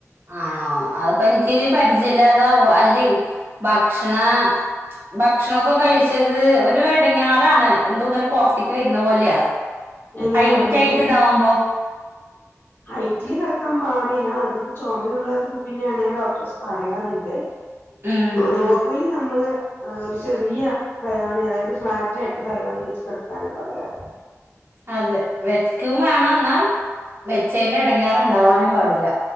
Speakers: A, on the right; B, on the left.
A: ആണോ അതിപ്പയെനിക്ക് പരിജയ മില്ലാതാവോ അല്ലെയ് ഭക്ഷണാ- ഭക്ഷണൊക്കെ കഴിച്ചത് ഒരുയെട ങ്ങെറാണ് എന്തൊ ഇങ്ങനെ പൊറത്തേക്ക് വര്ന്നപോലയാ.
B: എങ്ങനെ
A: ഹൈയിറ്റായിട്ടിതാവുമ്പോ.
B: കിടന്നാല് ഹൈറ്റില് കെടക്കാന് പാടില്ല അതിപ്പോ, ചൊമയുള്ളവർക്ക് പിന്നെ അങ്ങനെ ഡോക്ടേഴസ് പറയാറുണ്ട്.
A: ഉം
B: നോർമലീ നമ്മള്- ആഹ് ഒരു ചെറിയ തലകാണ അതായത് ഫ്ളാറ്റായിറ്റ് തലകാണ വെച്ച് കെടക്കാനാ പറയാറ്.
A: അതെ വെക്കും വേണംയെന്നാ വെച്ചേന്റെ എടങ്ങയറുണ്ടാവാനും പാടില്ല.